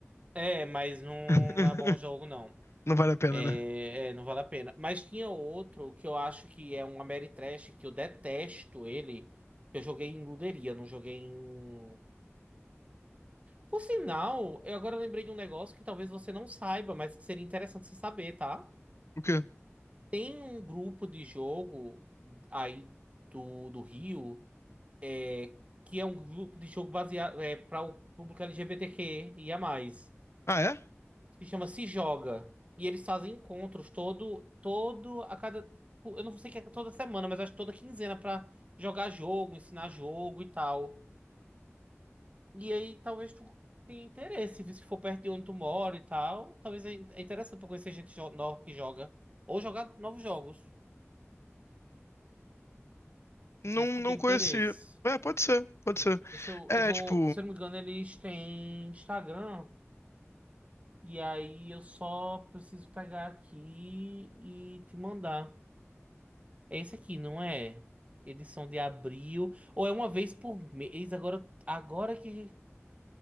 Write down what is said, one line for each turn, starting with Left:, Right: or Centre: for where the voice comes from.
Right: É, mas não,
Left: <laughs>
Right: não é bom jogo, não.
Left: Não vale a pena,
Right: É,
Left: né?
Right: é, não vale a pena. Mas tinha outro que eu acho que é um Ameritrash, que eu detesto ele, que eu joguei em luderia, não joguei em. Por sinal, eu agora lembrei de um negócio que talvez você não saiba, mas que seria interessante você saber, tá?
Left: O quê?
Right: Tem um grupo de jogo aí do, do Rio, é, que é um grupo de jogo baseado é, para o público LGBTQ e a mais,
Left: Ah, é?
Right: que chama Se Joga. E eles fazem encontros todo, todo a cada. Eu não sei que é toda semana, mas acho que toda quinzena pra jogar jogo, ensinar jogo e tal. E aí talvez tu tenha interesse, viu? se for perto de onde tu mora e tal. Talvez é é interessante pra conhecer gente jo- nova que joga. Ou jogar novos jogos.
Left: Não,
Right: Não sei se tu
Left: não
Right: tem
Left: conheci.
Right: interesse.
Left: É, pode ser, pode ser.
Right: Deixa eu.
Left: É,
Right: Eu vou.
Left: tipo.
Right: Se eu não me engano, eles têm Instagram. E aí eu só preciso pegar aqui e te mandar. É esse aqui, não é? Edição de abril. Ou é uma vez por mês? Agora, agora que